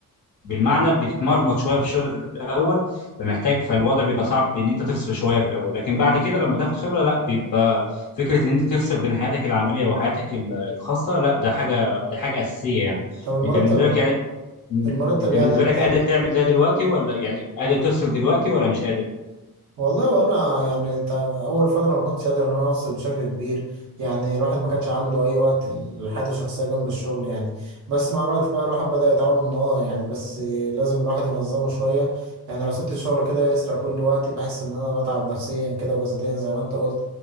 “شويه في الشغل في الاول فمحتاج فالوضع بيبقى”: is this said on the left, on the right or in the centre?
Left